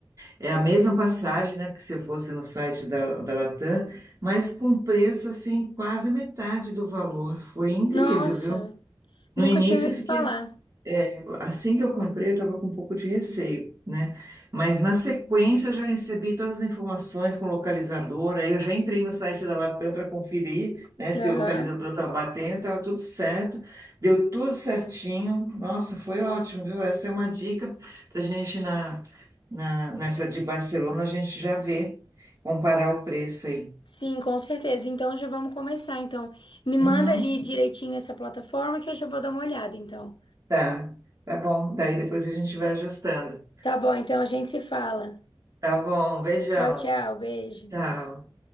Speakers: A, on the right (about 40°); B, on the left (about 60°).
A: é a mesma passagem, né, que se eu fosse no site da, da Latam, mas com preço assim quase metade do valor. Foi incrível,
B: Nossa,
A: viu? No
B: nunca
A: início,
B: tinha ouvido
A: eu fiquei
B: falar.
A: ass- é, assim que eu comprei, eu estava com um pouco de receio, né? Mas na sequência, eu já recebi todas as informações com localizador. Aí eu já entrei no site da Latam para conferir, né, se
B: Aham.
A: o localizador estava batendo, estava tudo certo, deu tudo certinho. Nossa, foi ótimo, viu? Essa é uma dica para a gente na, na, nessa de Barcelona, a gente já vê, comparar o preço aí.
B: Sim, com certeza. Então já vamos começar. Então, me manda
A: Uhum,
B: ali direitinho essa plataforma que eu já vou dar uma olhada, então.
A: tá, tá bom. Daí depois a gente vai ajustando.
B: Tá bom, então a gente se fala.
A: Tá bom, beijão.
B: Tchau, tchau, beijo.
A: Tchau.